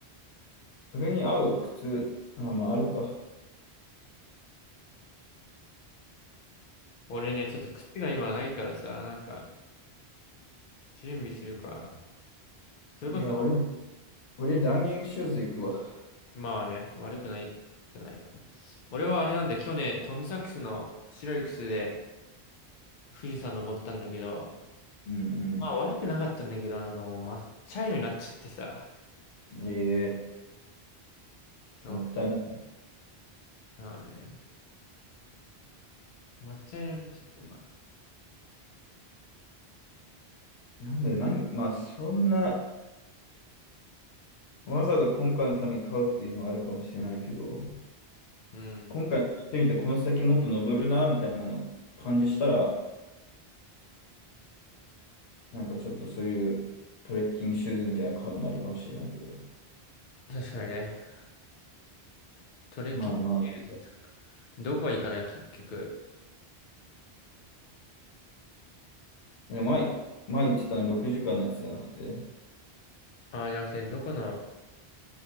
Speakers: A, on the left; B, on the left.
A: それに合う靴、あ、まああるか。
B: 俺ね、ちょっと靴が今ないからさ、なんか、準備するか。それこそ、
A: いや、俺、俺ランニングシューズ行くわ。
B: まあね、悪くないじゃないかな。俺はあれなんだよ、去年、トムサックスの白い靴で富士山登ったんだけど、
A: うん
B: まあ悪くなかったんだけど、なんかもう抹茶色になっちゃってさ。
A: うん。え
B: そう。
A: えもったいない。
B: まあね、抹茶色になっちゃって、まあ。
A: なんだよ、何、まあそんな、わざわざ今回のために買うっていうのはあるかもしれないけど、
B: うん。
A: 今回行ってみて、この先もっと登るな、みたいなの感じしたら、なんかちょっとそういうトレッキングシューズみたいなの買うのありかもしれないけど。
B: 確かにね。トレキシリーズですか。
A: まあまあ。
B: どこがいいかな結局。
A: でも前、前言ってたの6時間のやつじゃなくて、
B: ああ、じゃなくて、どこの、